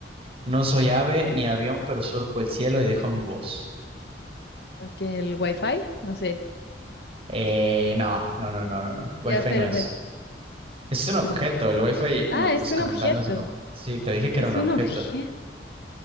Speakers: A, on the right; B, on the left.
A: No soy ave ni avión, pero surco el cielo y dejo mi voz.
B: Ok, el wifi, no sé.
A: Eh, no, no, no, no, no, no.
B: Ya,
A: El Wi-Fi
B: espera,
A: no es.
B: espera.
A: Es un
B: Mm.
A: objeto. El Wi-Fi,
B: Ah,
A: no,
B: es
A: pues
B: un
A: como
B: objeto,
A: tal no es un objeto. Sí, te dije que
B: es
A: era un objeto.
B: un objeto.